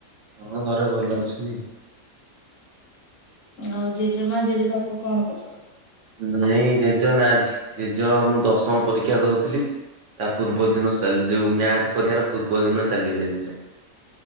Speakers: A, on the right (about 60°); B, on the left (about 65°).
A: ହଁ ଘରେ ଭଲ ଅଛନ୍ତି।
B: ଆଉ ଜେଜେମା ଜେଜେବାପୁ କଣ କରୁ
A: ନାଇଁ ଜେଜ ନାହାନ୍ତି ଜେଜ ମୁଁ ଦଶମ ପରୀକ୍ଷା ଦଉଥିଲି। ତା ପୂର୍ବ ଦିନ ଚାଲି ଯୋଉ ମ୍ୟାଥ ପରିକ୍ଷା ର ପୂର୍ବ ଦିନ ଚାଲିଗଲେ ଜେଜ।